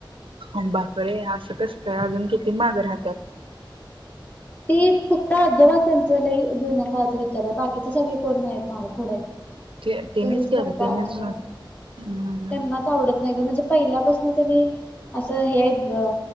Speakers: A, on the right; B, on the left.
A: अं बाप रे असं कसतय अजून किती माग राहतात
B: तेी फक्त अजोबाास त्यांचं लय जुन काचं विचारलं बाकीचे सगळे कोण नाही माग पुोड आहेत
A: ते तिनेच
B: त्यांनीच
A: केलं
B: फक्त
A: तिनेच
B: आज त्यांनाच
A: हम्म
B: आवडत नाही ग म्हणजे पहिल्यापासन त्यांनी असं हे आहेत ग